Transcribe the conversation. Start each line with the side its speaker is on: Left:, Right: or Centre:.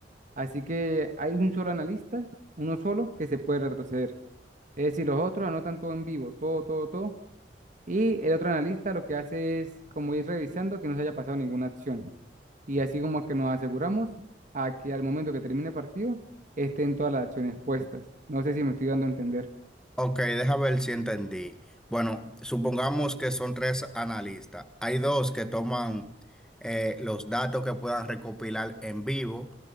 Right: Así que hay un solo analista, uno solo, que se puede retroceder. Es decir, los otros anotan todo en vivo, todo, todo, todo. Y el otro analista lo que hace es como ir revisando que no se haya pasado ninguna acción y así como que nos aseguramos a que al momento que termine el partido estén todas las acciones puestas. No sé si me estoy dando a entender.
Centre: Ok, deja ver si entendí. Bueno, supongamos que son tres analistas. Hay dos que toman eh, los datos que puedan recopilar en vivo